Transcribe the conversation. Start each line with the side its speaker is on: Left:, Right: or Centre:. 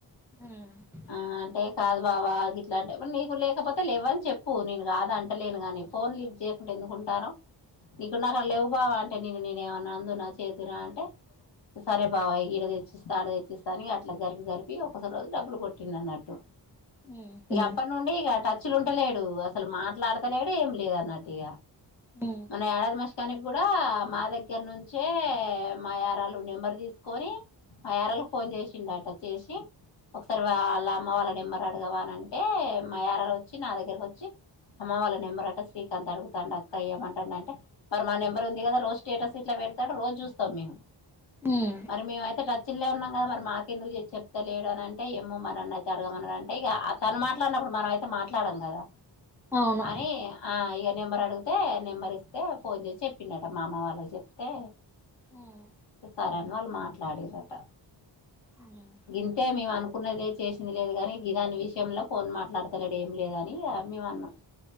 Centre: ఉమ్
Left: ఆ అంటే కాదు బావ గిట్లాంటే మరి నీకు లేకపోతే లేవ్వని చెప్పు నేన్ కాదు అంటలేను గానీ ఫోన్ లిఫ్ట్ చేయకుండా ఎందుకుంటాను ఇప్పుడ్ నా కాడ లేవు బావా అంటే నీను నేను ఏమన్నా అందున చేద్దురా అంటే సరే బావ ఈడ తెచ్చిస్త ఆడ తెచ్చిస్తా అని అట్లా జరిపి జరిపి ఒకస రోజు డబ్బులు కొట్టిండన్నట్టు
Centre: ఉమ్
Left: ఇగ
Centre: ఉమ్
Left: అప్పడ్నుండి ఇగ టచ్ ల ఉంటలేడు అసలు మాట్లాడతలేడ్ ఏం లేద్ అన్నట్టిగ
Centre: ఉమ్ ఉమ్
Left: మొన్న ఏడాది మాష్కానిక్ కూడా మా దగ్గర్నుంచే మా యరాలు నెంబర్ తీసుకొని మా యరాలకు ఫోన్ చేసిండట చేసి ఒకసారి వాళ్ళ అమ్మ వాళ్ళ నెంబర్ అడగవానంటే మాయారాలోచ్చి నా దగ్గరకోచ్చి అమ్మ వాల్వి నెంబర్ అట శ్రీకాంత్ అడుగుతండక్క ఏమంటండంటే మరి మా నంబర్ ఉంది కదా రోజ్ స్టేటస్ ఇట్ల పెడుతడు రోజ్ చూస్తాం మేమ్
Centre: ఉమ్
Left: మరి మేము అయితే టచ్ ల్నే ఉన్నాం ఆ మరి మాకెందుకు చేసి చెప్తాలేడు అనంటే ఏమ్మో మరన్న అయితే అడగమన్నడంటే ఇగ ఆ తను మాట్లాడనప్పుడు మనమయితే మాట్లాడం గదా
Centre: అవును
Left: అని ఆ ఇగ నెంబర్ అడిగుతే నెంబర్ ఇస్తే ఫోన్ చేసి చెప్పిండాటా మా అమ్మ వాళక్ చెప్ తే
Centre: ఉమ్
Left: ఇగ సరే అని వాళ్ మాట్లాడిర్రాట
Centre: ఉమ్
Left: గింతే మేవనుక్ అనుకున్నద్ లేద్ చేసింది లేద్ గాని గీదాని విషయంలా ఫోన్ మాట్లాడతలేడు ఏం లేదని మేమ్ అన్నాం